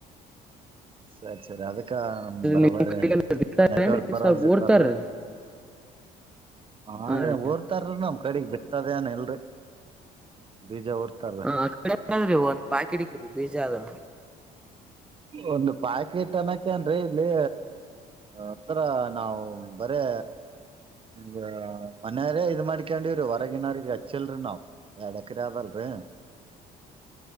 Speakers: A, on the right; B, in the centre.
A: ಸರಿ ಸರಿ ಅದಕ್ಕ ಬರೋಬರಿ
B: ನಿಮ್ ಕಡೆಗೆ ಬಿತ್ತಾರೇನ್ರಿ
A: ನೆಟ್ವರ್ಕ್ ಬರಲ್ದಿತ್ತಲ್ರ
B: ಸ್ವಲ್ಪ ಊರ್ತಾರೀ
A: ಹ
B: ಹಾ ರೀ
A: ಊರ್ತಾರ ನಮ ಕಡಗ್ ಬಿತ್ತದ ಅನ್ ಎಲ್ರಿ ಬೀಜ ಊರ್ತ ಅಲ್ಲ
B: ಹ ಆ ಕಡೆ ಅದ್ರಿ ಒಂದ್ ಪಾಕಿಟ್ರಿ ಬೀಜ ಅದು
A: ಒಂದು ಪ್ಯಾಕೆಟ್ ಅನಕನ್ರಿ ಇಲ್ಲಿ ಅದರ ನಾವು ಬರೇ ನಿನ್ಂಗ ಮನೆಯಾರೇ ಇ ಇದ್ ಮಾಡ್ಕೊಂಡಿವ್ರೀ ಹೊರಗಿನಾರಗೆ ಹಚ್ಚಲ್ರಿ ನಾವ್ಡಕ್ರ ಆದದಲ್ರಿ ಹಮ್